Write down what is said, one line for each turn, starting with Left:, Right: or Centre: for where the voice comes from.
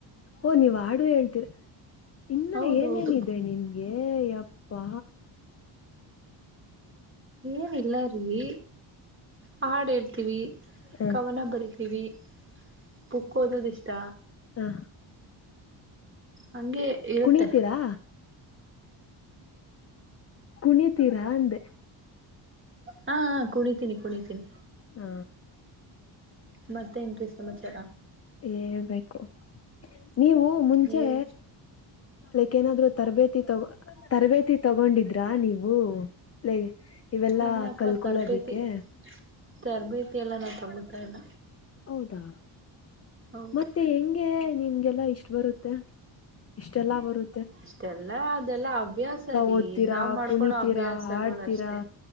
Left: ಓ ನೀವ್ ಹಾಡು ಹೇಳ್ತೀರ ಇನ್ನು
Right: ಹೌದ
Left: ಏನೇನಿದೆ
Right: ಹೌದು
Left: ನಿಮ್ಗ. ಏ ಅಪ್ಪಾ.
Right: ಏನ ಇಲ್ಲ ರೀ. ಹಾಡ ಹೇಳ್ತೀವಿ
Left: ಹ
Right: ಕವನ ಬರಿತೀವಿ. ಬುಕ್ ಓದೋದ ಇಷ್ಟ.
Left: ಹಾ.
Right: ಹಂಗೆ ಇರುತ್ತೆ.
Left: ಕುಣಿತೀರಾ ಕುಣಿತೀರಾ ಅಂದೆ.
Right: ಹಾ ಹಾ ಕುಣಿತೀನಿ ಕುಣಿತೀನಿ.
Left: ಹ
Right: ಮತ್ತ ಏನ್ರೀ ಸಮಾಚಾರ.
Left: ಹೇಳ್ಬೇಕು ನೀವು ಮುಂಚೆ.
Right: ನೀವು
Left: ಲೈಕ್ ಏನಾದ್ರು ತರಬೇತಿ ತಗೋ ತರಬೇತಿ ತಗೊಂಡಿದ್ರಾ ನೀವು. ಲೆ ಇವೆಲ್ಲಾ
Right: ಇಲ್ಲಪ್ಪ
Left: ಕಲ್ಕೊಳೋದಿಕ್ಕೆ.
Right: ತರಬೇತಿ ತರಬೇತಿ ಎಲ್ಲ ನಾವ್ ತೊಗೊತ ಇಲ್ಲ.
Left: ಹೌದಾ.
Right: ಹೌದು
Left: ಮತ್ತೆ ಹೆಂಗೆ ನಿಮ್ಗೆಲ್ಲ ಇಷ್ಟ ಬರುತ್ತೆ ಇಷ್ಟೆಲ್ಲಾ ಬರು.
Right: ಇಷ್ಟೆಲ್ಲ. ಇದೆಲ್ಲ ಅಭ್ಯಾಸ ರೀ
Left: ಓದ್ತೀರಾ
Right: ನಾವ್ ಮಾಡ್ಕೊಳೋ
Left: ಕುಣಿತೀರಾ
Right: ಅಭ್ಯಾಸಗಳು
Left: ಹಾಡ್ತೀರಾ
Right: ಅಷ್ಟೆ.